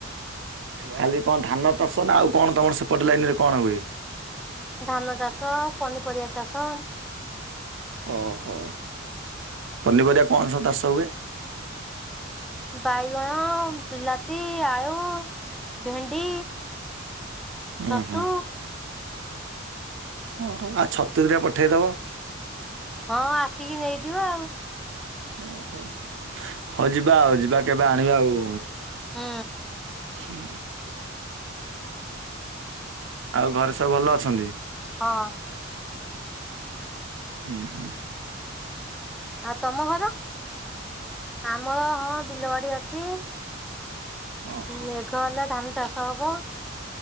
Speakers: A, on the right; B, in the centre.
A: ଖାଲି କଣ ଧାନ ଚାଷ ନା ଆଉ କଣ ତମର ସେପଟେ ଲାଇନରେ କଣ ହୁଏ?
B: ଧାନ ଚାଷ ପନିପରିବା ଚାଷ।
A: ଓହୋ ପନିପରିବା କଣ ସ ଚାଷ ହୁଏ?
B: ବାଇଗଣ ବିଲାତି ଆଳୁ ଭେଣ୍ଡି।
A: ହୁଁ
B: ଛତୁ।
A: ହୁଁ ହଁ ଆଉ ଛତୁ ଦିଟା ପଠେଇଦବ।
B: ହଁ ଆସିକି ନେଇଯିବ ଆଉ
A: ଓହୋ ହଉ ଯିବା ଆଉ ଯିବା କେବେ ଆଣିବା ଆଉ
B: ହୁଁ।
A: ହୁଁ ଆଉ ଘରେ ସବୁ ଭଲ ଅଛନ୍ତି?
B: ହଁ।
A: ହୁଁ ହୁଁ
B: ଆଉ ତମ ଘର ଆମର ହଁ ବିଲବାଡି ଅଛି।
A: ଓହୋ।
B: ମେଘ ହେଲେ ଧାନ ଚାଷ ହବ।